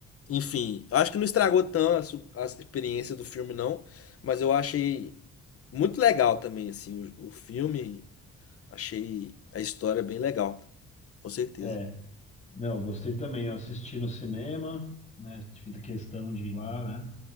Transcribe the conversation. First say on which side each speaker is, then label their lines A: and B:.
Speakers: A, on the left (about 50°); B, on the left (about 25°).
A: enfim, eu acho que não estragou tão a, su- a experiência do filme, não. Mas eu achei muito legal também, assim, o, o filme. Achei a história bem legal, com certeza.
B: é. Não, eu gostei também. Eu assisti no cinema, né? Fiz questão de ir lá, né?